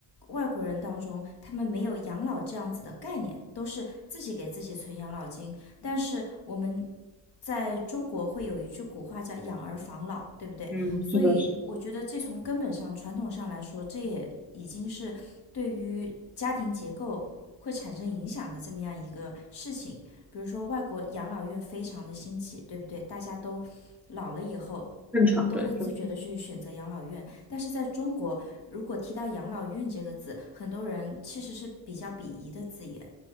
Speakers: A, on the left; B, in the centre.
A: 外国人当中，他们没有养老这样子的概念，都是自己给自己存养老金。但是我们在中国会有一句古话叫“养儿防老”，对不对？
B: 嗯，
A: 所以我觉得这从根本上、
B: 是的，是的。
A: 传统上来说，这也已经是对于家庭结构会产生影响的这么样一个事情。比如说，外国养老院非常的兴起，对不对？大家都老了以后。
B: 正常，
A: 都会自觉的去选择养老院，
B: 对，就是
A: 但是在中国，如果提到养老院这个字，很多人其实是比较鄙夷的字眼，